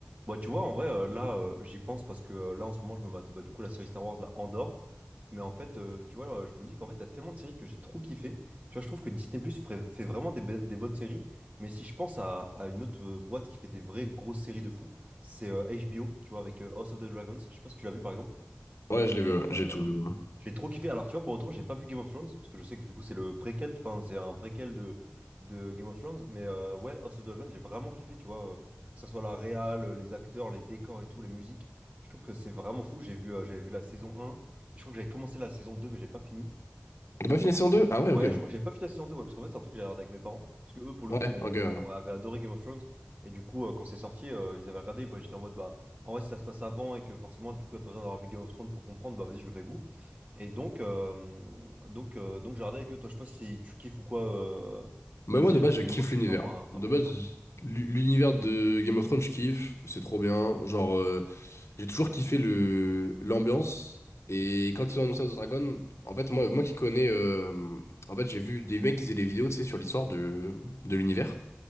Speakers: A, on the right; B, on the left.
A: Bah, tu vois, en vrai, euh, là, euh, j'y pense parce que euh, là, en ce moment, je me mate bah, du coup la série Star Wars, là, Andorre. Mais en fait, euh, tu vois, euh, je me dis qu'en fait, il y a tellement de séries que j'ai trop kiffé. Tu vois, je trouve que Disney Plus ferait- fait vraiment des, be- des bonnes séries. Mais si je pense à, à une autre euh, boîte qui fait des vraies grosses séries de fou, c'est euh, HBO, tu vois, avec euh, House of the Dragons. Je sais pas si tu l'as vu par exemple.
B: Ouais,
A: Mais
B: je l'ai vu,
A: euh,
B: ouais. j'ai tout vu. ouais.
A: j'ai trop kiffé. Alors, tu vois, pour autant, j'ai pas vu Game of Thrones, parce que je sais que du coup, c'est le préquel, enfin, c'est un préquel de, de Game of Thrones. Mais euh, ouais, House of the Dragons, j'ai vraiment kiffé, tu vois, euh, que ce soit la réal, euh, les acteurs, les décors et tout, les musiques. Je trouve que c'est vraiment fou. J'ai vu, euh, j'avais vu la saison un. Je crois que j'avais commencé la saison 2, mais j'ai pas fini.
B: T'as pas fini la saison 2? Ah ouais,
A: Ouais,
B: ok.
A: je crois que j'avais pas vu la saison 2, ouais, parce qu'en fait, c'est un truc que j'avais regardé avec mes parents, parce que eux, pour le
B: Ouais,
A: coup, on,
B: ok. ouais.
A: on avait adoré Game of Thrones, et du coup, euh, quand c'est sorti, euh, ils avaient regardé, et bah, j'étais en mode, bah, en vrai, si ça se passe avant, et que forcément, du coup, il n'y a pas besoin d'avoir vu Game of Thrones pour comprendre, bah, vas-y, je le fais avec vous. Et donc, euh, donc, euh, donc, j'ai regardé avec eux, toi, je sais pas si tu kiffes ou quoi, euh,
B: Mais
A: la
B: moi,
A: série,
B: de base,
A: mais
B: je kiffe
A: moi, c'est
B: l'univers.
A: vraiment
B: De
A: un, un pur,
B: base,
A: quoi.
B: l'u- l'univers de Game of Thrones, je kiffe. C'est trop bien. Genre, euh, j'ai toujours kiffé le l'ambiance. Et quand ils ont annoncé House of Dragon, en fait, moi, moi qui connais. euh, en fait, j'ai vu des mecs qui faisaient des vidéos, tu sais, sur l'histoire de, de l'univers.